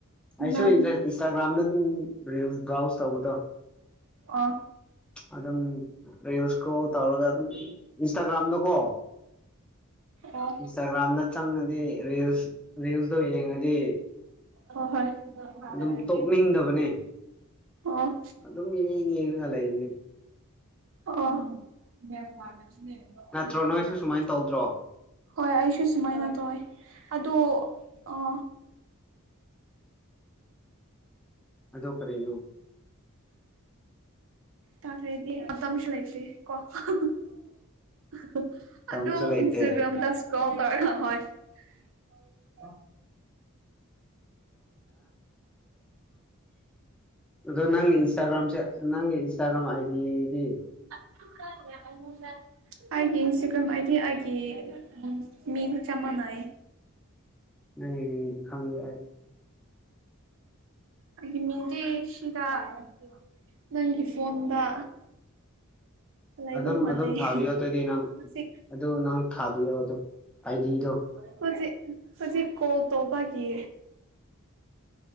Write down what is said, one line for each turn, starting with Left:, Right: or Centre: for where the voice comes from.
Centre: ꯑꯩꯁꯨ
Right: ꯅꯪ
Centre: ꯏꯟꯗ ꯏꯟꯁꯇꯥꯒ꯭ꯔꯥꯝꯗ ꯑꯗꯨꯝ ꯔꯤꯜꯁ ꯕ꯭ꯔꯥꯎꯁ ꯇꯧꯕꯗꯣ
Right: ꯑꯣ
Centre: ꯑꯗꯨꯝ ꯔꯤꯜꯁ ꯏꯁꯀꯣꯜ ꯇꯧꯔꯒ ꯑꯗꯨꯝ ꯏꯟꯁꯇꯥꯒ꯭ꯔꯥꯝꯗꯀꯣ
Right: ꯑꯣ
Centre: ꯏꯟꯁꯇꯥꯒ꯭ꯔꯥꯝꯗ ꯆꯪꯉꯗꯤ ꯔꯤꯜꯁ ꯔꯤꯜꯁ ꯗꯣ ꯌꯦꯡꯉꯗꯤ
Right: ꯍꯣꯏ ꯍꯣꯏ
Centre: ꯑꯗꯨꯝ ꯇꯣꯛꯅꯤꯡꯗꯕꯅꯦ꯫
Right: ꯑꯣ ꯑꯩ
Centre: ꯑꯗꯨꯝ ꯌꯦꯡ ꯌꯦꯡꯉꯒꯥ ꯂꯩꯕꯅꯤ꯫
Right: ꯑꯣ <unintelligible> ꯑꯩꯅ ꯅꯣ
Centre: ꯅꯠꯇ꯭ꯔꯣ
Right: ꯍꯥꯏꯕꯅꯤ꯫
Centre: ꯅꯣꯏꯁꯨ ꯁꯨꯃꯥꯏꯅ ꯇꯧꯗ꯭ꯔꯣ
Right: ꯍꯣꯏ ꯑꯩꯁꯨ ꯁꯨꯃꯥꯏꯅ ꯇꯧꯋꯦ ꯑꯗꯣ ꯑꯥ
Centre: ꯑꯗꯣ ꯀꯔꯤꯅꯣ꯫
Right: ꯇꯥꯈ꯭ꯔꯦꯗꯤ <unintelligible> ꯃꯇꯝꯁꯨ ꯂꯩꯇꯦ ꯀꯣ <unintelligible>
Centre: ꯇꯝꯁꯨ
Right: ꯑꯗꯨ
Centre: ꯂꯩꯇꯦ
Right: ꯏꯟꯁꯇꯥꯒ꯭ꯔꯥꯝꯗ <unintelligible> ꯏꯁꯀꯣꯜ ꯇꯧꯔꯒ ꯍꯣꯏ <unintelligible>
Centre: <unintelligible> <unintelligible> ꯑꯗꯣ ꯅꯪꯒꯤ ꯏꯟꯁꯇꯥꯒ꯭ꯔꯥꯝꯁꯦ ꯅꯪꯒꯤ ꯏꯟꯁꯇꯥꯒ꯭ꯔꯥꯝ ꯑꯥꯏꯗꯤꯗꯤ꯫
Right: <unintelligible> <unintelligible> ꯑꯩꯒꯤ ꯏꯟꯁꯇꯒ꯭ꯔꯥꯝ ꯑꯥꯏꯗꯤ ꯑꯩꯒꯤ <unintelligible> ꯎꯝ ꯃꯤꯡ ꯆꯞ ꯃꯥꯟꯅꯩ꯫
Centre: ꯅꯪꯒꯤ ꯃꯤꯡꯗꯤ ꯈꯪꯉꯤ ꯑꯩ꯫
Right: ꯑꯩ ꯃꯤꯡꯗꯤ ꯁꯤꯗꯥ <unintelligible> ꯅꯪꯒꯤ <unintelligible> ꯐꯣꯟꯗ ꯂꯩꯕ
Centre: ꯑꯗꯨꯝ
Right: ꯃꯥꯜꯂꯦ
Centre: ꯑꯗꯨꯝ ꯊꯥꯕꯤꯌꯣ ꯑꯗꯨꯗꯤ ꯅꯪ
Right: ꯍꯧꯖꯤꯛ
Centre: ꯑꯗꯨ ꯅꯪ ꯊꯥꯕꯤꯌꯣ ꯑꯗꯨꯝ ꯑꯥꯏꯗꯤꯗꯣ꯫
Right: <unintelligible> ꯍꯨꯖꯤꯛ ꯍꯨꯖꯤꯛ ꯀꯣꯜ ꯇꯧꯕꯒꯤ